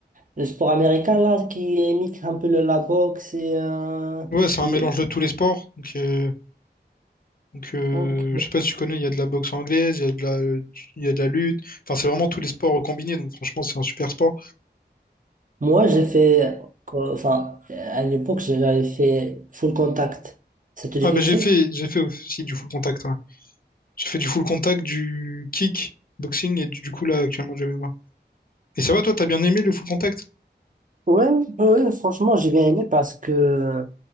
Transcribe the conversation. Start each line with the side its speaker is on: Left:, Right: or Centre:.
Right: le sport américain là qui imite un peu le- la boxe et euh,
Left: ouais, c'est un
Right: le...
Left: mélange de tous les sports. Donc, euh, Donc, euh,
Right: Ok.
Left: je sais pas si tu connais, il y a de la boxe anglaise, il y a de la, il y a de la lutte. Enfin, c'est vraiment tous les sports combinés. Donc, franchement, c'est un super sport.
Right: Moi, j'ai fait, quoi, enfin, à l'époque, j'avais fait full contact. Ça te dit
Left: Ah,
Right: quelque
Left: ben, j'ai
Right: chose?
Left: fait, j'ai fait aussi du full contact. ouais. J'ai fait du full contact, du kick, boxing et du, du coup, là, actuellement, du MMA. Et ça va, toi, t'as bien aimé le full contact?
Right: Ouais, ouais, franchement, j'ai bien aimé parce que